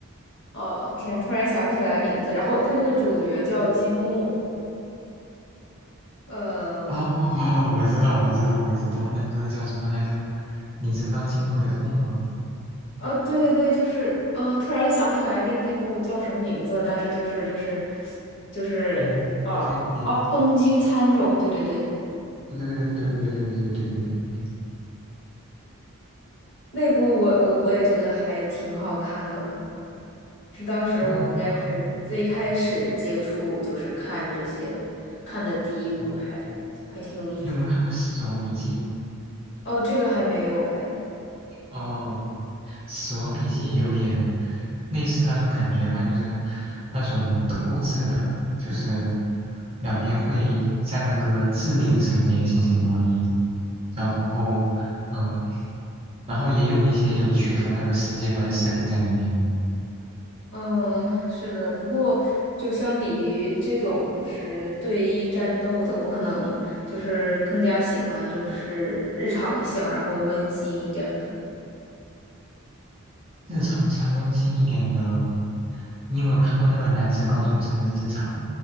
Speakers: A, on the left; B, on the right.
A: 哦，天，突然想不起来名字。然后他那个主角叫金木，嗯。
B: 哦，<laughs> 我知道，我知道，我知道，那个叫什么来着？你知道《金木的痛》吗？
A: 呃，对对对，就是呃，突然想不起来那那部叫什么名字了，但是就是就是就是呃哦，
B: 嗯好像有点，
A: 东京喰种，对对对，
B: 对对对对对对对对对对对对对对。
A: 那部我我我也觉得还挺好看的，是当时我应该是最开始接触就是看这些看的第一部还还挺有意思。
B: 不过不过那个，嗯嗯，你有没有看过《死亡笔记》？
A: 哦，这个还没有哎。
B: 哦，死亡笔记也有点类似那种感觉吧，就是那种斗智的，就是两边会在那个智力的层面进行博弈，然后，嗯，然后也有一些有趣的那个世界观设定在里面。
A: 嗯，是的，不过就相比于这种就是对弈战斗的，我可能就是更加喜欢就是日常向，然后温馨一点儿的。
B: 日常像温馨一点的，你有没有看过那个男子高中生的日常？